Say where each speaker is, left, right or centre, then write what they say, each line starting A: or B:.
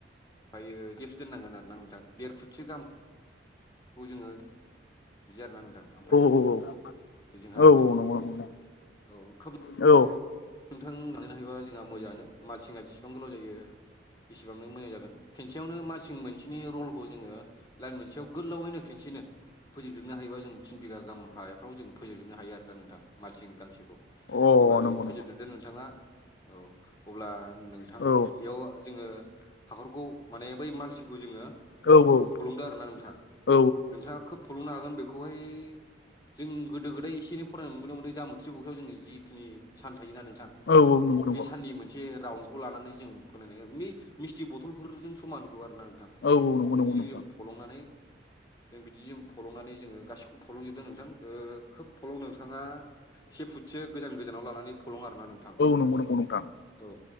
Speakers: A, on the left (about 20°); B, on the left (about 65°).
A: ओमफायो गेपस दोननांगोन आरोना नोंथां देर फुटसो गाहाम बेखौ जोङो बिदि आरोना नोंथां ओमफ्राय
B: औ
A: जोंहा
B: औ औ नंगौ नंगौ
A: औ खोब
B: औ
A: नोंथां बानायनो हायोबा जोंहा मोजाङानो माल सिंङा जेसिबां गोलाव जायो एसेबांनो मोजां जागोन खेनसेयावनो मालसिं मोनसेनि रलखौ जोङो लाइन मोनसेयाव गोलावैनो खनसेनो फोजोबजोबनो हायोबा जों थिन बिगा गाहाम हायाव फ्राव जों फोजोबजोबनो हायो आरोना नोंथां मालसिं गांसेखौ
B: औ
A: जेनेबा
B: अ नंगौ
A: बेखौ फोजोबजोबदो
B: नंगौ
A: नोंथाङा औ अब्ला नोंथां
B: औ औ
A: इयाव जोङो हाखरखौ माने बै मालसिखौ जोङो
B: औ औ
A: फलंदो आरोना नोंथां
B: औ
A: नोंथाङा खोब फल'नो हागोन बेखौहाय जों गोदो गोदाय एसे एनै फरायनो मोनदों मोने जाम थ्रिबुसाव जोंनि जिखिनि सान थायोना नोंथां
B: औ नंगौ नंगौ
A: बे साननि मोनसे राउनडखौ लानानै जों फोनायनाय मिसथि बथलफोरजों समान गुवार ना नोंथां
B: औ औ नंगौ नंगौ
A: बिदिजों
B: नंगौ नोंथां
A: जों फलंनानै जों बिदि जों फलंनानै जोङो गासिखौबो फलंजोबदो नोंथां ओ खोब फलं नोंथाङा से फुटसो गोजान गोजानाव लानानै फलं आरोना नोंथां
B: नंगौ नंगौ नोंथां
A: औ